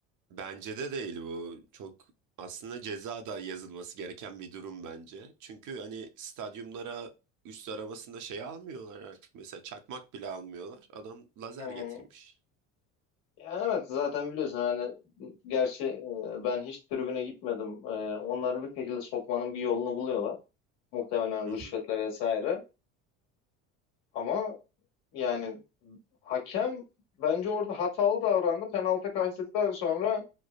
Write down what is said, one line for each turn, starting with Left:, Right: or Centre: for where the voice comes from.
Right: Bence de değil bu. Çok aslında ceza da yazılması gereken bir durum bence. Çünkü hani stadyumlara üst arabasında şey almıyorlar artık. Mesela çakmak bile almıyorlar. Adam lazer
Left: Hı hı.
Right: getirmiş.
Left: Yani evet zaten biliyorsun hani gerçi e, ben hiç tribüne gitmedim. E, onları bir şekilde sokmanın bir yolunu buluyorlar. Muhtemelen
Right: Hı
Left: rüşvetle
Right: hı.
Left: vesaire. Ama yani hakem bence orada hatalı davrandı. Penaltı kaçtıktan sonra